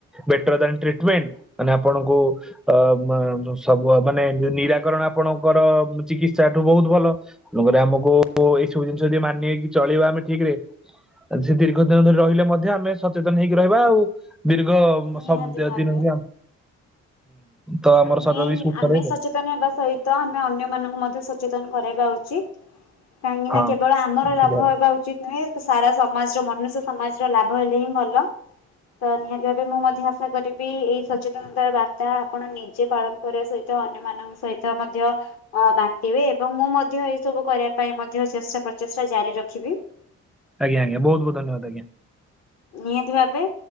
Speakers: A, in the centre; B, on the left.
A: better than treatment ମାନେ ଆପଣଙ୍କୁ ଅ ସବୁ ମାନେ ନିରାକରଣ ଆପଣଙ୍କର ଚିକିତ୍ସା ଠୁ ବହୁତ ଭଲ। ତେଣୁକରି ଆମକୁ ଏଇ ସବୁ ଜିନିଷ ଯଦି ମାନିକି ଚଳିବା ଆମେ ଠିକ ରେ ସେ ଦୀର୍ଘ ଦିନ ଧରି ରହିଲେ ମଧ୍ୟ ଆମେ ସଚେତନ ହେଇକି ରହିବା ଆଉ। ଦୀର୍ଘ
B: ନିହାତି
A: ସବ
B: ଭାବେ।
A: ଦିନ ହୁଁ ତ ଆମର
B: ଆମେ
A: ଶରୀର ବି ସୁସ୍ଥ
B: ଆମେ
A: ରହିବ।
B: ସଚେତନ ହେବା ସହିତ ଆମେ ଅନ୍ୟମାନଙ୍କୁ ମଧ୍ୟ ସଚେତନ କରାଇବା ଉଚିତ। କାହିଁକି
A: ହଁ
B: ନା କେବଳ ଆମର
A: ନିଶ୍ଚିତ
B: ଲାଭ
A: ଭାବେ,
B: ହେବା ଉଚିତ ନାଇ ସାରା ସମାଜର ମନୁଷ୍ୟ ସମାଜର ଲାଭ ହେଲେ ହିଁ ଭଲ ତ ନିହାତି ଭାବେ ମୁଁ ମଧ୍ୟ ଆଶା କରିବି ଏଇ ସଚେତନତାର ବାର୍ତ୍ତା ଆପଣ ନି ନିଜେ ପାଳନ କରିବା ସହିତ ଅନ୍ୟମାନଙ୍କ ସହିତ ମଧ୍ୟ ଅ ବାଣ୍ଟିବେ ଏବଂ ମୁଁ ମଧ୍ୟ ଏସବୁ କରିବା ପାଇଁ ମଧ୍ୟ ଚେଷ୍ଟା ପ୍ରଚେଷ୍ଟା ଜାରି ରଖିବି।
A: ଆଜ୍ଞା ଆଜ୍ଞା ବହୁତ ବହୁତ ଧନ୍ୟବାଦ ଆଜ୍ଞା।
B: ନିହାତି ଭାବେ।